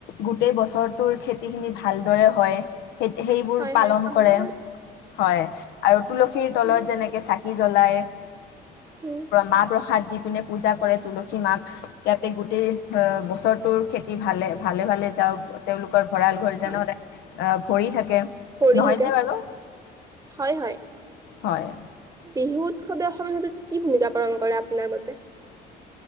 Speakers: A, on the left (about 80°); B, on the right (about 20°).
A: গোটেই বছৰটোৰ খেতি খিনি ভালদৰে হয়। সেই সেইবোৰ
B: হয়
A: পালন
B: হয় কামনা
A: কৰে। হয় আৰু তুলসীৰ তলত
B: উম
A: যেনেকে চাকি জ্বলাই।
B: উম
A: মাহ প্ৰসাদ দি পিনে পূজা কৰে তুলসী মাক ইয়াতে গোটেই আহ বছৰটোৰ খেতি ভালে ভালে ভালে যাওক তেওঁলোকৰ। ভঁৰাল ঘৰ
B: হয়
A: জানো অ ভৰি থাকে
B: কৰি
A: নহয়
B: থাকে
A: নে বাৰু।
B: হয় হয়।
A: হয়
B: বিহু উৎসৱে অসমীয়া সমাজত কি ভূমিকা পালন কৰে, আপোনাৰ মতে?